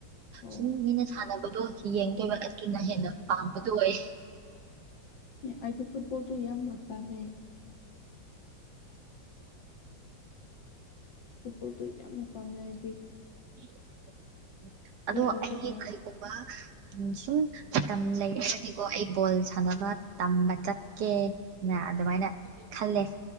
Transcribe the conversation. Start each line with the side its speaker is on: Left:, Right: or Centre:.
Left: ꯑꯣ
Right: ꯁꯨꯝ ꯃꯤꯅ ꯁꯥꯟꯅꯕꯗꯣ ꯌꯦꯡꯗꯕ ꯑꯗꯨꯅ ꯍꯦꯟꯅ ꯄꯥꯝꯕꯗꯨꯣ ꯑꯣꯏ
Left: ꯑꯩꯗꯤ ꯐꯨꯠꯕꯣꯜ ꯇꯨ ꯄꯥꯝꯗꯦ ꯐꯨꯠꯕꯣꯜꯗꯣ ꯌꯥꯝꯅ ꯄꯥꯝꯃꯦ ꯑꯩꯗꯤ
Right: <unintelligible> ꯑꯗꯣ
Left: ꯑꯗꯨꯒ
Right: ꯑꯩ ꯀꯔꯤꯒꯨꯝꯕ ꯎ ꯁꯨꯝ ꯃꯇꯝ ꯂꯩꯒꯗꯤ ꯀꯣ ꯑꯩ ꯕꯣꯜ ꯁꯥꯟꯅꯕ ꯇꯝꯕ ꯆꯠꯀꯦꯅ ꯑꯗꯨꯃꯥꯏꯅ ꯈꯜꯂꯦ ꯍ